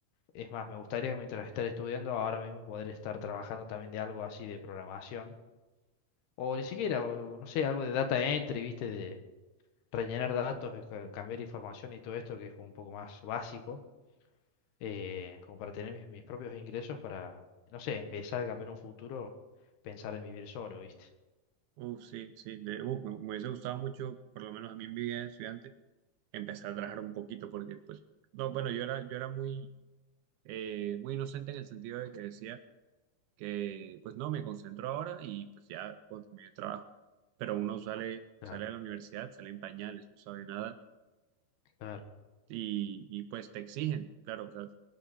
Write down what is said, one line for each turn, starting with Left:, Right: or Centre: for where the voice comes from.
Left: Es más, me gustaría que mientras estar estudiando, ahora mismo poder estar trabajando también de algo así de programación. O ni siquiera, o, no sé, algo de data entry, viste, de rellenar datos, de ca- cambiar información y todo esto, que es como un poco más básico, eh, como para tener mis, mis propios ingresos para, no sé, empezar capaz en un futuro, pensar en vivir solo, viste.
Right: Uf, sí, sí, de- uf, me, me hubiese gustado mucho, por lo menos a mí en mi vida de estudiante, empezar a trabajar un poquito, porque pues, no, bueno, yo era, yo era muy, eh, muy inocente en el sentido de que decía que pues no, me concentro ahora y pues ya cuando termine el trabajo. Pero uno sale,
Left: Claro,
Right: sale de la universidad, sale en pañales, no sabe nada
Left: claro,
Right: y, y pues te exigen, claro, o sea,